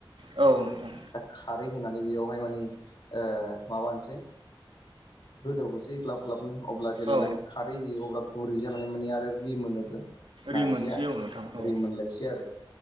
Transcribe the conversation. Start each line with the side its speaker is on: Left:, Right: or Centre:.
Right: औ नोंथां
Left: दा खारै होनानै बेयावहाय माने ओ माबा होनोसै गोदौ होनोसै ग्ल'ब ग्लाबनो अब्ला जेल्लानाखि
Right: औ
Left: खारै होयो अब्ला गुरै जानानै मोनहैयो आरो रि मोनोबो नारजिया
Right: रिमोनसै औ नोंथां औ
Left: रिमोनलायसै आरो